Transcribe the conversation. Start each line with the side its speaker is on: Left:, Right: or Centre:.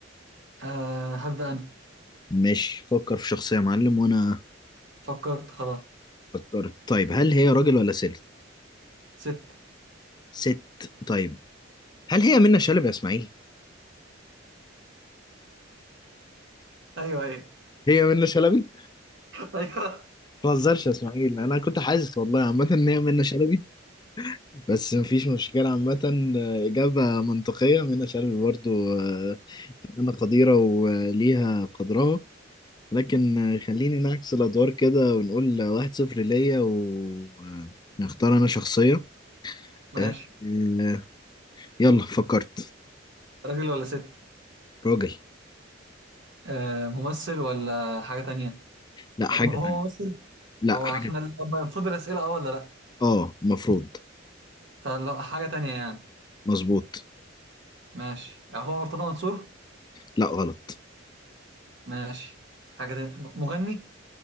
Right: آه هبدأ أنا
Left: ماشي فكر في شخصية يا معلم وأنا
Right: فكرت خلاص
Left: فكرت طيب هل هي راجل ولا ست
Right: ست
Left: ست طيب هل هي منة شلبي يا اسماعيل
Right: أيوه أيوه
Left: هي منة شلبي
Right: <laughs> أيوه
Left: ما تهزرش يا اسماعيل انا كنت حاسس والله عامه ان هي منة شلبي بس مفيش مشكله عامه آه، اجابه منطقيه منة شلبي برضو آه، فنانه قديره وليها قدرها لكن آه، خليني نعكس الادوار كده ونقول واحد صفر ليا ونختار انا شخصيه
Right: ماشي
Left: آه، آه، يلا فكرت
Right: راجل ولا ست
Left: راجل
Right: آه ممثل ولا حاجة تانية م-
Left: لا حاجه
Right: م- هو
Left: تانية
Right: ممثل
Left: لا
Right: هو
Left: حاجه
Right: احنا ال- المفروض الأسئلة أه ولا لأ
Left: اه المفروض
Right: فلو حاجة تانية يعني
Left: مظبوط
Right: ماشي آه، هو مرتضى منصور
Left: لا غلط
Right: ماشي حاجة تانية م- مغني